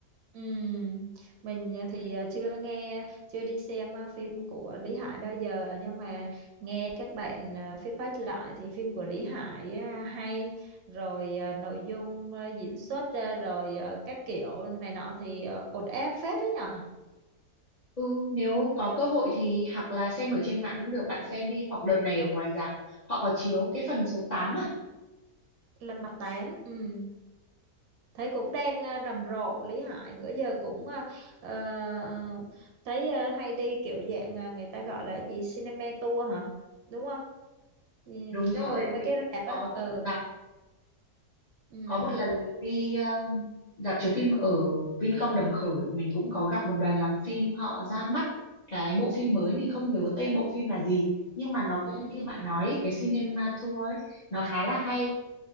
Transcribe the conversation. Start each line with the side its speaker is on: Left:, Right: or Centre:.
Right: Ừm, Mình à, thì à, chưa nghe chưa đi xem à, phim của Lý Hải bao giờ nhưng mà nghe các bạn à, feedback lại thì phim của Lý Hải à, hay rồi à, nội dung à, diễn xuất ra rồi à, các kiểu này nọ thì à, ổn áp phết đấy nhở
Left: Ừ, nếu có cơ hội thì hoặc là xem ở trên mạng cũng được, bạn xem đi hoặc đợt này ở ngoài rạp họ có chiếu cái phần số tám à?
Right: Lật mặt tám ừm, thấy cũng đang à, rầm rộ Lý Hải bữa giờ cũng à, ờ, ờ, thấy à, hay đi kiểu dạng à, người ta gọi là gì cinema tour hả đúng không Nhìn
Left: Đúng rồi,
Right: ở mấy
Left: mình
Right: cái
Left: cũng
Right: rạp
Left: có
Right: á ừ
Left: từng gặp
Right: ừ
Left: có một lần mình đi um, rạp chiếu phim ở Vincom Đồng Khởi, mình cũng có gặp một đoàn làm phim họ ra mắt cái bộ phim mới mình không nhớ tên bộ phim là gì, nhưng mà nó cũng
Right: ừ
Left: như bạn nói ấy, cái cinema tour ấy, nó khá là hay.